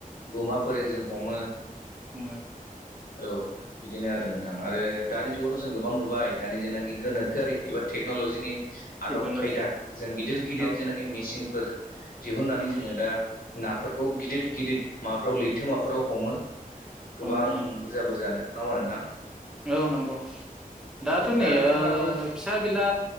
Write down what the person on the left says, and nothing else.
गुमा फोरजों जों हमो।
औ बिदिनो आरो नोंथां आरो दानि जुगावथ' जों गोबां नुबाय दानि जेनाखि गोनोखोआरि एबा टेक्नलजिनि आदब
खायदा जों गिदिर गिदिर
जेनाखि मेसिनफोर दिहुननानै
जोङो दा नाफोरखौ गिदिर गिदिर माबाफ्राव लैथोमाफोराव हमो गोबां
बुरजा बुरजानो। नङा होमबा नोंथां?
औ
दा नोंथाङाबो